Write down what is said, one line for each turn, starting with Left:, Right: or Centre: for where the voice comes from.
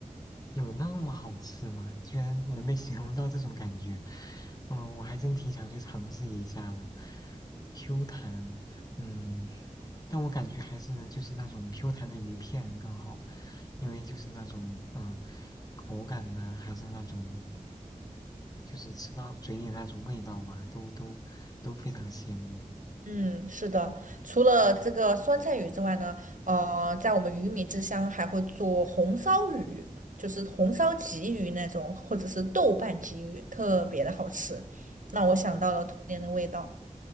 Left: 有那么好吃吗？居然能被形容到这种感觉，嗯，我还真挺想去尝试一下的。Q 弹，嗯，但我感觉还是就是那种 Q 弹的鱼片更好，因为就是那种嗯口感呢、还是那种就是吃到嘴里那种味道啊，都都都非常鲜美。
Right: 嗯，是的，除了这个酸菜鱼之外呢，呃，在我们鱼米之乡还会做红烧鱼，就是红烧鲫鱼那种，或者是豆瓣鲫鱼，特别的好吃，让我想到了童年的味道。